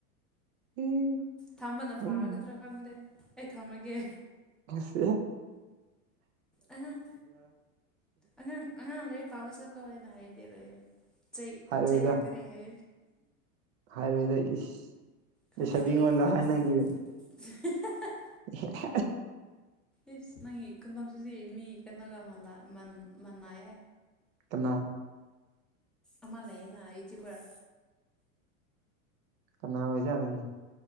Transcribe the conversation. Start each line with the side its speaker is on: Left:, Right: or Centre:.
Right: ꯎꯝ
Centre: ꯊꯝꯕꯅ
Right: ꯎꯝ
Centre: ꯐꯔꯒꯗ꯭ꯔꯥ ꯈꯪꯗꯦ ꯑꯩ ꯊꯝꯃꯒꯦ
Right: ꯑꯁꯦ
Centre: ꯑꯉꯥꯡ ꯑꯉꯥꯡ ꯑꯉꯥꯡ ꯂꯔꯤ ꯄꯥꯕ ꯆꯠꯂꯣ ꯍꯥꯏꯅ ꯍꯥꯏ ꯂꯩꯔꯦ ꯆꯍꯤ
Right: ꯍꯥꯏꯔꯣꯏꯗ
Centre: ꯆꯍꯤꯩ ꯂꯥꯛꯀꯅꯤ ꯍꯥꯏ
Right: ꯍꯥꯏꯔꯣꯏꯗ ꯂꯩꯁꯕꯤꯉꯣꯟꯗ
Centre: ꯈꯪꯗꯦꯗ ꯀꯅꯥ
Right: ꯍꯥꯏꯅꯈꯤꯕꯅꯤ
Centre: <inaudible>
Right: <unintelligible>
Centre: ꯏꯁ ꯅꯪꯒꯤ ꯀꯗꯣꯛꯁꯤꯗꯤ ꯃꯤ ꯀꯩꯅꯣꯒ ꯃꯜ ꯂꯑꯦ
Right: ꯏꯠꯇꯅ
Centre: ꯑꯃꯃꯂꯅ ꯌꯨꯇꯌꯨꯕꯔ
Right: ꯀꯅꯥ ꯑꯣꯏꯖꯗꯅꯦ